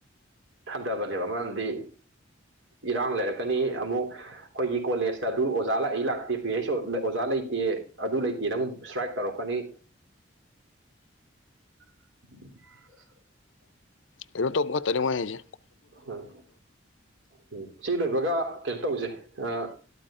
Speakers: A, on the right; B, on the left.
A: ꯍꯟꯊꯕꯅꯦꯕ ꯃꯔꯝꯗꯤ ꯏꯔꯥꯡ ꯂꯩꯔꯛꯀꯅꯤ ꯑꯃꯨꯛ ꯑꯩꯈꯣꯏꯒꯤ ꯀꯣꯂꯦꯖꯇ ꯑꯗꯨ ꯑꯣꯖꯥ ꯂꯥꯛꯏ ꯂꯥꯛꯇꯦ ꯄꯤ ꯍꯩꯁ ꯑꯣꯖꯥ ꯂꯩꯇꯦ ꯑꯗꯨ ꯂꯩꯇꯦꯅ ꯑꯃꯨꯛ ꯏꯁꯇ꯭ꯔꯥꯏꯛ ꯇꯧꯔꯛꯀꯅꯤ <unintelligible>
B: ꯀꯩꯅ‌ꯣ ꯇꯧꯕ ꯈꯛꯇꯅ‌ꯦ ꯃꯣꯏ ꯍꯩꯖꯦ
A: ꯎꯝ ꯎꯝ ꯁꯤ ꯂꯣꯏꯕꯒ ꯀꯩꯅꯣ ꯇꯧꯁꯦ ꯑꯥ